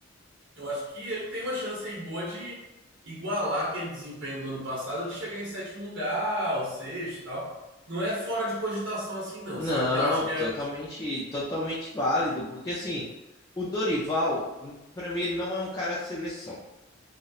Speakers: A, on the right (about 65°); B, on the left (about 15°).
A: eu acho que ele tem uma chance aí boa de igualar aquele desempenho do ano passado, de chegar em sétimo lugar, ou sexto e tal. Não é fora de cogitação assim, não,
B: Não,
A: sabe? Que eu acho que
B: totalmente,
A: é.
B: totalmente válido, porque assim, o Dorival, para mim, ele não é um cara de seleção.